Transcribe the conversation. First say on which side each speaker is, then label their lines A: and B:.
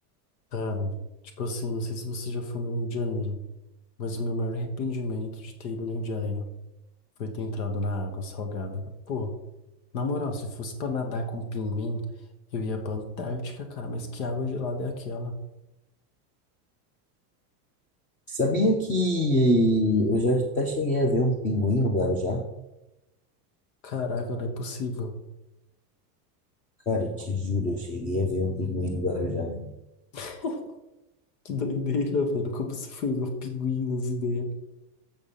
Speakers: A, on the left; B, on the left.
A: cara, tipo assim, não sei se você já foi no Rio de Janeiro, mas o meu maior arrependimento de ter ido no Rio de Janeiro foi ter entrado na água salgada. Pô, na moral, se fosse pra nadar com pinguim, eu ia pra Antártica, cara, mas que água gelada é aquela?
B: Sabia que eu já até cheguei a ver um pinguim no Guarujá?
A: Caraca, não é possível.
B: Cara, eu te juro, eu cheguei a ver um pinguim no Guarujá.
A: <laughs> Que doideira, mano, como você foi ver o pinguim nas ideias.